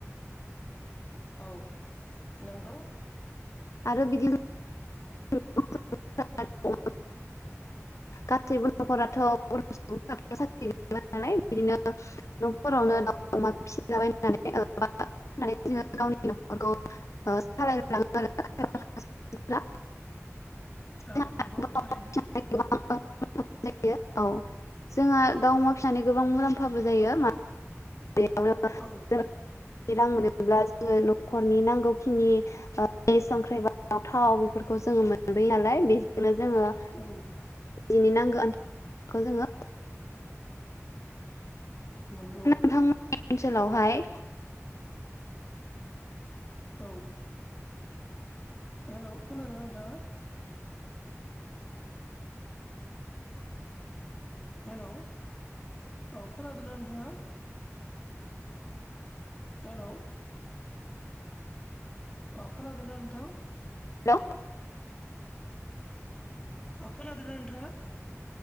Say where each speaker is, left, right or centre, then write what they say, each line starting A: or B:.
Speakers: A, on the left; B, on the left.
A: औ नंगौ।
B: आरो बिदिनो <unintelligible> ओ गासैबो न'खरावथ' बर'सुबुं फोराथ' सारख्रि गैजोबा नालाय बिदिनो न'फोरावनो
A: औ
B: दाव क्या फिसिला बाइनानै <unintelligible> जोङो गावनि न'खरखौ ओ सालाय लाङो आरो <unintelligible>
A: औ
B: जोंहा
A: नंगौ थारैनो ।
B: <unintelligible> औ जोंहा
A: औ
B: दाउ अमा फिसानि गोबां मुलाम्फाबो जायो मा <unintelligible>
A: औ
B: रां मोनो ब्ला जोङो न'खरनि नांगौखिनि ओ संख्रि बानलु थाव बेफोरखौ जोङो मोनबोयो नालाय बेजोंनो जोङो ओ
A: औ
B: इनि नांगो खौ जोङो
A: नंगौ
B: <unintelligible> <unintelligible> <unintelligible> हाय
A: <inaudible> औ हेलौ खोनादोंना नोंथाङा? <inaudible> हेलौ औ खोनादोंना नोंथाङा? हेलौ अ खोनादोंना नोंथां?
B: हेलौ
A: औ खोनादोंना नोंथाङा